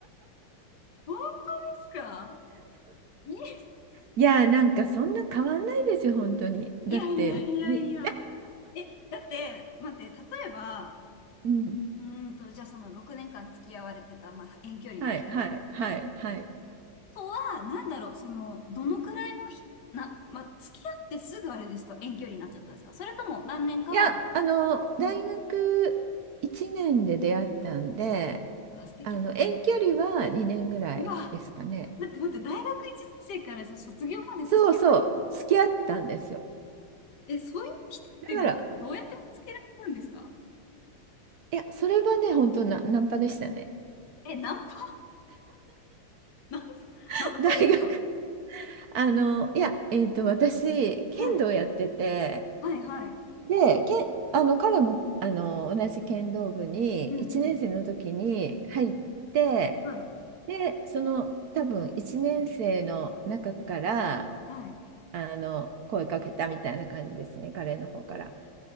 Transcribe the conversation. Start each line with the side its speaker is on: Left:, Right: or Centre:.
Left: 本当ですかい
Right: いやー、なんかそんな変わんないですよ、本当に。
Left: いやいやいやいや。
Right: だって、み
Left: え、だって、待って、例えば、
Right: うん。
Left: うーんと、じゃあその6年間付き合われてた、まあ、遠距離の人
Right: はい、はい、はい、はい。
Left: とは、なんだろう、その、どのくらいのひ、な、ま、付き合ってすぐあれですか遠距離になっちゃったんですかそれとも何年かは、
Right: いや、あの、大学1年で出会ったんで、
Left: うん。うわ、素敵だ。
Right: あの、遠距離は2年ぐらいですかね。
Left: うわ、待って待って、大学1年生からさ卒業まで付き合われる。
Right: そうそう、付き合ったんですよ。
Left: え、そういう人っていうのはどうやって見つけられるんですか
Right: だから、いや、それはね、本当な、ナンパでしたね。
Left: え、ナンパ、ナンパ、
Right: <laughs>
Left: ナンパですか
Right: 大学あの、いや、えっと、私、剣道やってて、
Left: はい、はい、はい。
Right: で、けあの、彼も、あの、同じ剣道部に、
Left: うんうん。
Right: 1年生の時に入って、
Left: はい、
Right: で、その多分1年生の中から
Left: はい。
Right: あの声かけたみたいな感じですね、彼の方から。